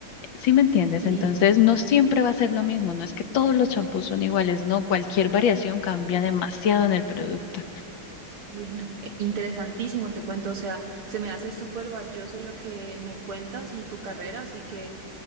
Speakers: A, on the left (about 70°); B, on the right (about 80°).
A: ¿sí me entiendes?
B: Sí.
A: Entonces no siempre va a ser lo mismo, no es que todos los champús son iguales, no, cualquier variación cambia demasiado en el producto.
B: Uy, no, eh, interesantísimo, te cuento, o sea, se me hace súper valioso lo que me cuentas y tu carrera, así que